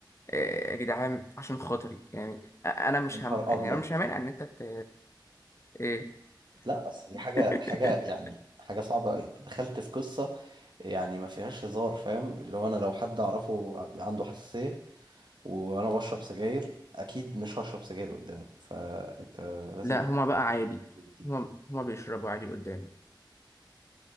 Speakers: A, on the left (about 35°); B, on the right (about 65°).
A: آه، يا جدعان عشان خاطري يعني أ- انا مش
B: يا نهار
A: هم يعني
B: ابيض
A: انا مش همانع ان انت ت... ايه
B: لا اصل دي حاجه
A: <laughs>
B: حاجه يعني حاجه صعبه قوي انت دخلت في قصه يعني ما فيهاش هزار فاهم اللي هو انا لو حد اعرفه عنده حساسيه وانا بشرب سجاير اكيد مش هشرب سجاير قدامه فانت لازم
A: لا
B: تحط
A: هما بقى عادي
B: حدود.
A: هما هما بيشربوا عادي قدامي